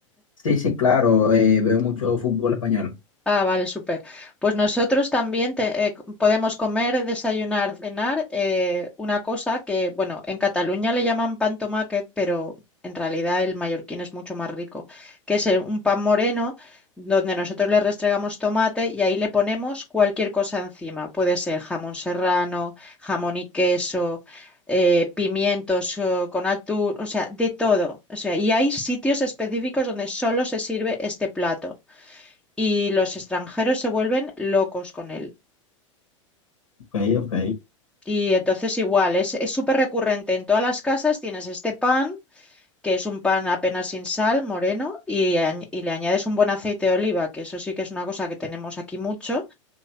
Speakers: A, on the left (about 80°); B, in the centre.
A: sí, sí, claro, eh, veo mucho fútbol español.
B: Ah, vale, súper. Pues nosotros también te- eh, c- podemos comer, desayunar, cenar eh, una cosa que, bueno, en Cataluña le llaman pan tomáquet, pero en realidad el mallorquín es mucho más rico, que es eh, un pan moreno donde nosotros le restregamos tomate y ahí le ponemos cualquier cosa encima. Puede ser jamón serrano, jamón y queso. eh, pimientos eh, con atún, o sea, de todo. O sea, y hay sitios específicos donde solo se sirve este plato y los extranjeros se vuelven locos con él.
A: Ok, ok.
B: Y entonces igual, es es súper recurrente en todas las casas, tienes este pan, que es un pan apenas sin sal, moreno, y, añ- y le añades un buen aceite de oliva, que eso sí que es una cosa que tenemos aquí mucho,